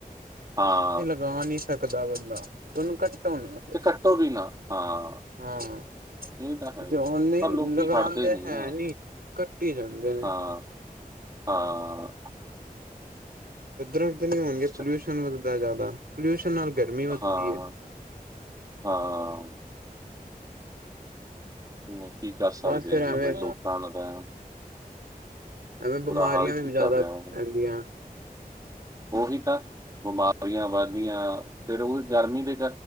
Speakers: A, on the right (about 25°); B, on the right (about 75°).
A: ਹਾਂ।
B: ਲਾ ਨਹੀਂ ਸਕਦਾ ਬੰਦਾ, ਉਹਨੂੰ ਕੱਟ ਨਾ ਦੇ
A: ਤੇ ਕੱਟੋ ਵੀ ਨਾ ਹਾਂ
B: ਹਾਂ।
A: ਇਹ ਤਾਂ ਹੈ ਹੀ।
B: ਜੇ ਔਨੇ
A: ਪਰ ਲੋਕੀ
B: ਲਗਾਉਦੇ
A: ਹਟਦੇ
B: ਹੈ
A: ਨਾ
B: ਨਹੀਂ, ਕੱਟੀ ਜਾਂਦੇ ਨੇ।
A: ਹਾਂ ਹਾਂ।
B: ਦਰਖਤ ਨਹੀਂ ਹੋਣਗੇ,
A: ਸ-
B: ਪੋਲਿਊਸ਼ਨ ਵੱਧਦਾ ਜ਼ਿਆਦਾ, ਪੋਲਿਊਸ਼ਨ ਨਾਲ ਗਰਮੀ ਵੱਧਦੀ
A: ਹਾਂ
B: ਏ।
A: ਹਾਂ। ਹੋਰ ਕੀ ਕਰ ਸਕਦੇ
B: ਬਸ ਫਿਰ
A: ਆ,
B: ਐਵੇਂ
A: ਮਤਲਬ ਲੋਕਾਂ ਦਾ ਤਾਂ ਐ।
B: ਐਵੇਂ, ਬਿਮਾਰੀਆਂ
A: ਹਾਲ ਕੀਤਾ
B: ਵੀ ਜ਼ਿਆਦਾ
A: ਪਿਆ ਉਹ।
B: ਪੈਂਦੀਆਂ।
A: ਉਹੀ ਤਾਂ, ਬਿਮਾਰੀਆਂ ਵਧਦੀਆਂ ਫੇਰ ਉਹ ਗਰਮੀ, ਵਿਚ